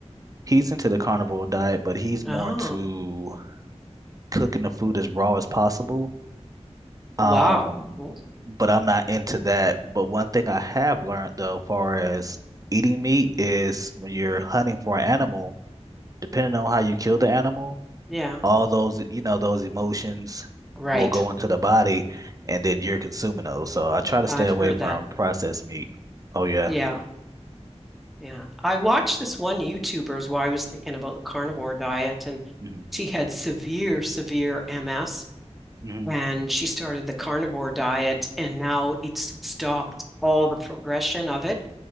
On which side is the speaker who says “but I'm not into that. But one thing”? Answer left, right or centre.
Right